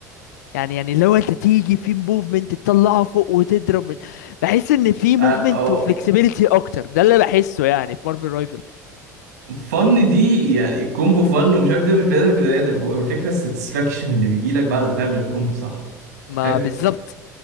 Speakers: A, on the left; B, on the right.
A: يعني يعني لو انت تيجي في موفمنت تطلعه فوق وتضرب بحس ان في موفمنت
B: آه، آه،
A: وفلكسبيليتي اكتر ده اللي بحسه يعني في مارفل رايفل
B: فن دي يعني كومبو فن ومش عارف ده من بني ادم لبني ادم هو الفكره الساتسفاكشن اللي بيجي لك بعد ما تعمل الكومبو صح
A: ما
B: حلو
A: بالظبط